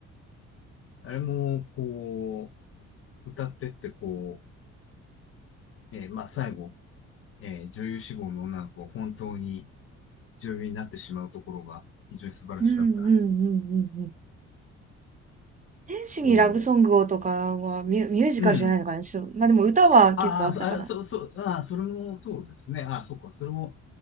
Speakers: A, on the left; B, on the right.
A: あれも、こう、歌ってって、こう、えーまあ最後、えー女優志望の女の子が本当に、女優になってしまうところが非常に素晴らしかった。
B: うんうんうんうんうん。天使にラブソングをとかはミュミュージカルじゃないのかな、
A: こう、うん。
B: ちょっと、ま、でも歌は結構あったかな。
A: ああ、そあれ、そう、そう、ああ、それもそうですね。ああ、そっか、それも、